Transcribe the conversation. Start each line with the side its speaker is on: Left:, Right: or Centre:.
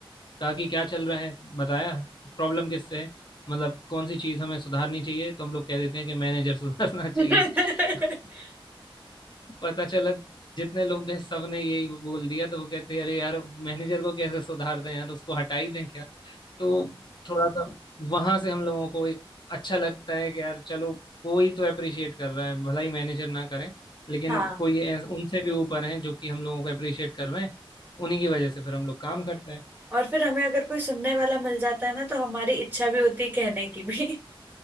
Left: कहा कि क्या चल रहा है बताया प्रॉब्लम किससे है मतलब कौन सी चीज हमें सुधारनी चाहिए तो हम लोग कह देते हैं कि मैनेजर सुधारना चाहिए
Right: <laughs>
Left: <laughs> पता चला जितने लोग गए सबने यही बोल दिया तो वो कहते हैं अरे यार मैनेजर को कैसे सुधार दें यार उसको हटा ही दें क्या तो थोड़ा सा वहां से हम लोगों को एक अच्छा लगता है कि यार चलो कोई तो अप्रिशिएट कर रहा है भला ही मैनेजर ना करें लेकिन
Right: हाँ
Left: कोई ऐस- उनसे भी ऊपर हैं जो कि हम लोगों को अप्रिशिएट कर रहे हैं उन्हीं की वजह से फिर हम लोग काम करते हैं
Right: और फिर हमें अगर कोई सुनने वाला मिल जाता है ना तो हमारी इच्छा भी होती है कहने की भी